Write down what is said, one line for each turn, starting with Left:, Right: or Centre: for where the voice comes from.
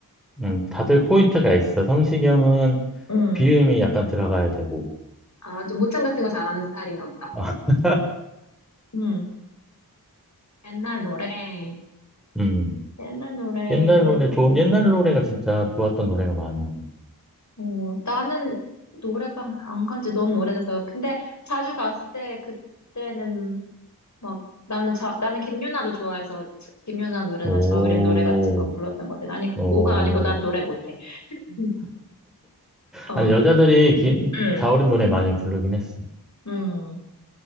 Centre: 음, 다들 포인트가 있어. 성시경은
Left: 음.
Centre: 비음이 약간 들어가야 되고.
Left: 아, 좀 모창 같은 거 잘하는 스타일인가 보다.
Centre: <laughs>
Left: 음. 옛날 노래.
Centre: 음,
Left: 옛날 노래.
Centre: 옛날 노래, 좋은, 옛날 노래가 진짜 좋았던 노래가 많은 거 같아.
Left: 어, 나는 노래방 안 간지 너무 오래돼서. 근데 자주 갔을 때, 그때는 막, 나는 자, 나는 김유나도 좋아해서, 자- 김유나 노래나
Centre: 오,
Left: 자우림 노래 같은 거 불렀던 것 같아. 아니,
Centre: 오.
Left: 오가 아니고 난 노래 못해. 음. 어,
Centre: 아니, 여자들이 기,
Left: 음,
Centre: 자우림 노래 많이 부르긴 했어.
Left: 음,